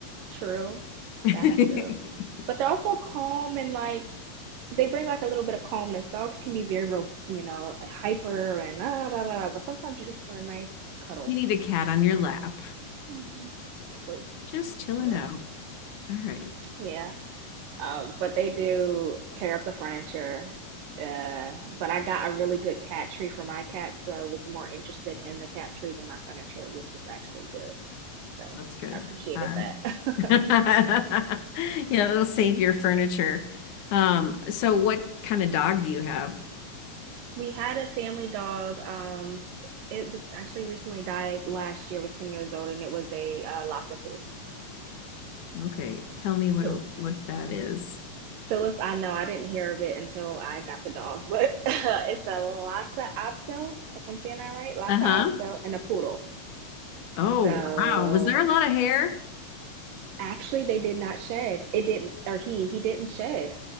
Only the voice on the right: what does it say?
true.
That's true. But they're also calm and like they bring like a little bit of calmness. Dogs can be very, you know, hyper and da, da, da, da, but sometimes you just want a nice cuddle.
hmm Exactly.
Yep.
Yeah. Um, but they do tear up the furniture. Uh, but I got a really good cat tree for my cat, so I was more interested in the cat tree than my furniture, which was actually good. So
I appreciated
that.
<laughs>
We had a family dog. Um, it was actually recently died last year. Was ten years old, and it was a uh, Lhasa Poo.
So,
so it's, I know I didn't hear of it until I got the dog, but <laughs> it's a Lhasa Apso, if I'm saying that right, Lhasa
Apso, and a poodle.
So
actually, they did not shed. It didn't, or he he didn't shed.